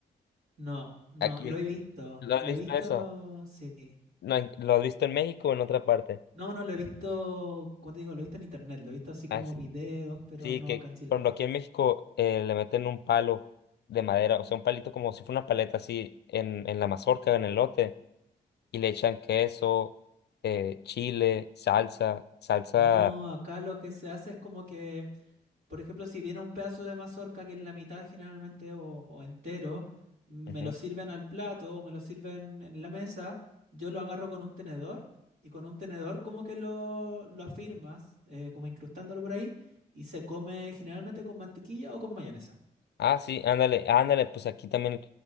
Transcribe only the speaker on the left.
Aquí,
¿lo has
visto
eso?
No, en- ¿lo has visto en México o en otra parte?
Ah, sí.
Sí,
que
por
ejemplo aquí en México eh, le meten un palo de madera, o sea, un palito como si fuera una paleta así en, en la mazorca, en el lote, y le echan queso, eh, chile, salsa, salsa.
ujú,
Ah, sí, ándale, ándale, pues aquí también,